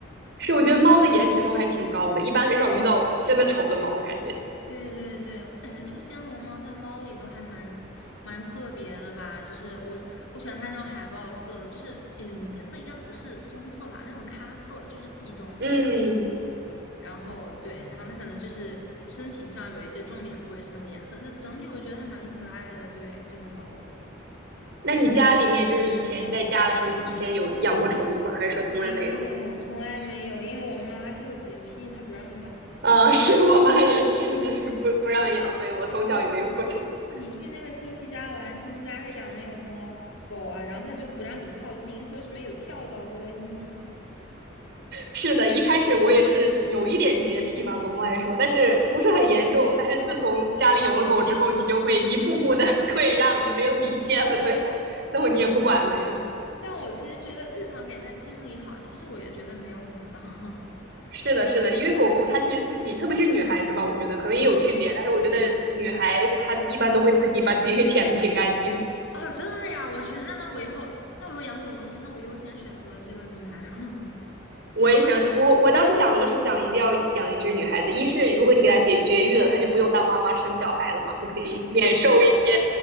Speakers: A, on the right; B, on the left.
A: 是。我觉得猫的颜值都还挺高的，一般很少遇到真的丑的猫，我感觉。
B: 对对对，我感觉那个暹罗猫在猫里都还蛮蛮特别的吧，就是我我喜欢它那种海豹色的就是嗯颜色应该不是棕色吧，那种咖色就是一种浅，
A: 嗯，
B: 然后对，然后它可能就是身体上有一些重点部位是那个颜色，但整体我就觉得它蛮可爱的，对这个猫。
A: 那你家里面就是以前你在家的时候，以前有养过宠物吗？还是说从来没有？
B: 没有，从来没有，因为我妈她有洁癖，她不让养。
A: 啊、是我妈也是，但是不不让养，所以我从小也没有过宠物。
B: <laughs> 你去那个亲戚家玩，亲戚家他养的有猫狗啊，然后他就不让你靠近，他说什么有跳蚤之类的。<laughs>
A: 是的，一开始我也是有一点洁癖吧，总的来说，但是不是很严重。但是自从家里有了狗之后，你就会一步步的 <laughs> 退让，就没有底线了。最后，
B: 对，
A: 最后你也不管了呀。
B: 但我其实觉得日常给它清理好，其实我也觉得没有很脏。<laughs>
A: 是的，是的，因为狗狗它其实自己，特别是女孩子吧，我觉得可能也有区别，但是我觉得女孩她一般都会自己把自己给舔的挺干净。
B: 哦，真的呀，我去，那那我以后，那我以后养狗，那我优先选择这个女孩。<laughs>
A: 我也想去，我我当时想的就是想一定要养一只女孩子，一是如果你给她绝绝育了，她就不用当妈妈生小孩了嘛，就可以 <laughs> 免受一些